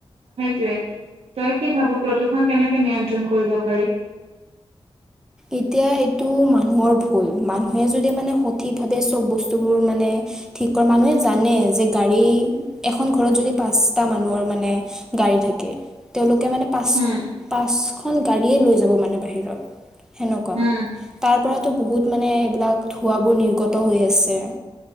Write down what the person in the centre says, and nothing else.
এতিয়া এইটো মানুহৰ ভুল মানুহে যদি মানে সঠিক ভাৱে চ'ব বস্তুবোৰ মানে মানুহে জানে যে গাড়ী এখন ঘৰত যদি পাঁচটা মানুহৰ মানে গাডী থাকে, তেওঁলোকে মানে পাঁচখন-
পাঁচখন গৰীয়ে লৈ যাব মানে বাহিৰত সেনেকুৱা।
তাৰ পৰাতো বহুত মানে এইবিলাক ধোঁৱ বোৰ নিৰ্গত হৈ আছে।